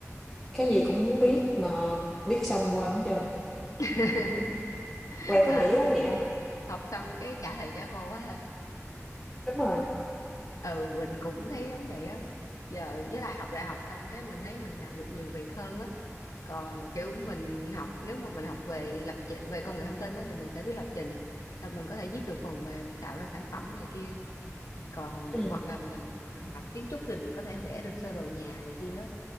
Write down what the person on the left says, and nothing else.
ừ.
<laughs>
à
học xong cái trả thầy trả cô á hả?
ừ mình cũng thấy giống vậy á giờ với lại học đại học xong cái mình thấy mình làm được nhiều việc hơn á còn kiểu mình học nếu mà mình học về lập trình về công nghệ thông tin đó, thì mình sẽ biết lập trình xong mình có thể viết được phần mềm tạo ra sản phẩm này kia còn
hoặc là mình học kiến trúc thì mình có thể vẽ được sơ đồ nhà này kia á.